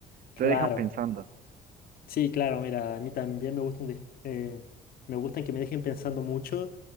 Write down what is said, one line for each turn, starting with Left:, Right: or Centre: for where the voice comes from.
Left: claro.
Right: Te dejan pensando.
Left: Sí, claro, mira, a mí también me gustan, de- eh, me gustan que me dejen pensando mucho.